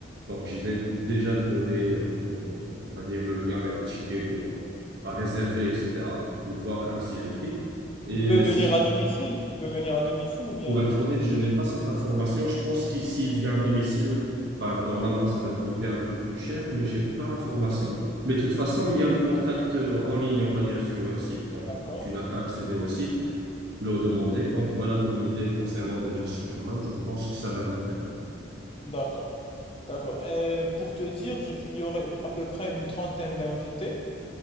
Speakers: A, on the right (about 60°); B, on the left (about 30°).
A: Donc, je vais déjà te donner, euh, le- on va dire, le lien et checker pour, euh, pas réserver, etc., pour voir ainsi les prix. Et
B: Il peut venir
A: si,
B: à domicile, il peut venir à domicile ou bien...
A: pour être honnête, je n'ai pas cette information. Je pense qu'il s'il vient à domicile, bah, normalement, ça va te coûter un peu plus cher, mais j'ai pas l'information. Mais de toute façon, il y a le contact euh, en ligne, on va dire, sur leur site. Donc,
B: D'accord,
A: tu n'as qu'à accéder au site, le demander.
B: d'accord,
A: Donc, voilà comme idée concernant déjà Superman. Je pense que ça va lui plaire.
B: d'accord, d'accord. Et pour te dire, je- il y aurait à peu près une trentaine d'invités.